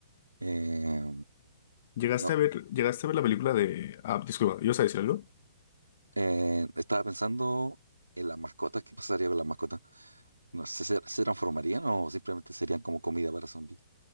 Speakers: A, on the right; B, on the left.
A: Eh,
B: ¿Llegaste
A: no,
B: a ver, llegaste a ver la película de... Ah, disculpa, ¿ibas a decir algo?
A: eh, estaba pensando en las mascotas. ¿Qué pasaría con las mascotas? No sé, ¿se, se transformarían o simplemente serían como comida para zombies?